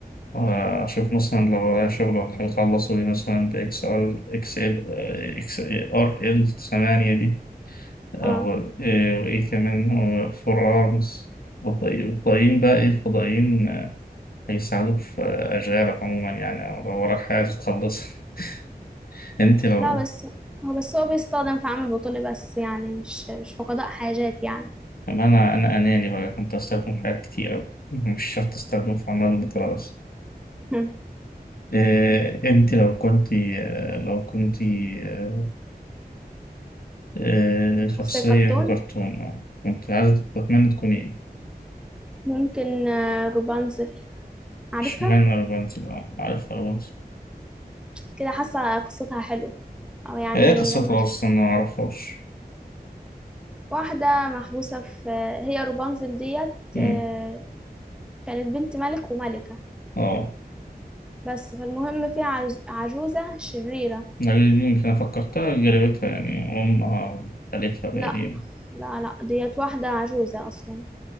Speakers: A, on the left (about 65°); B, in the centre.
A: آه، أشوف مثلا لو ورايا شغل ولا حاجة أخلصه مثلا بإكس إل إكس إل آه، إكس إيه، آر إل 8 دي أو
B: اه
A: إيه وإيه كمان هو فرارس الفضائيين بقى إيه الفضائيين آه، هيساعدوك في أشغالك عموما يعني أو لو وراك حاجة عايز تخلصها <laughs> أنت لو
B: لا بس هو بس هو بيستخدم في عمل بطولي بس يعني مش مش في قضاء حاجات يعني
A: أما أنا أنا أناني بقى كنت أستخدم حاجات كتير أوي <laughs> مش شرط أستخدم في أعمال البطولة بس
B: <laughs>
A: إيه أنت لو كنت آه، لو كنت آه، آه،
B: شخصية
A: شخصية
B: كرتون
A: كرتون أه كنت عايزة تتمنى تكون إيه؟
B: ممكن آه، روبانزل عارفها
A: اشمعنى رابنزل أه عارف رابنزل
B: كده حاسة قصتها حلوة او يعني
A: هي قصتها
B: لما ش...
A: أصلا أنا معرفهاش
B: واحدة محبوسة في هي روبانزل ديت
A: مم.
B: آه، كانت بنت ملك وملكة
A: اه
B: بس فالمهم في عج... عجوزة شريرة
A: يمكن فكرتها جربتها يعني أمها وخالتها تقريبا
B: لا لا لا ديت واحدة عجوزة أصلا